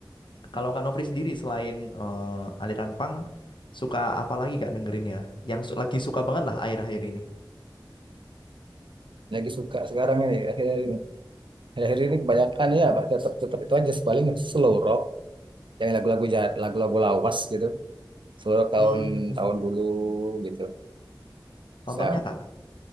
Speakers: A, on the left; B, on the right.
A: kalau kak Nofri sendiri selain eh, aliran punk suka apa lagi kak dengerinnya yang su- lagi suka banget lah akhir-akhir ini
B: Lagi suka sekarang ini akhirnya akhir ini kebanyakan ya Pak, tetap tetap itu aja paling slow rock yang lagu-lagu ja- lagu-lagu lawas gitu slow rock tahun
A: hmm
B: tahun dulu gitu Saya
A: contohnya kak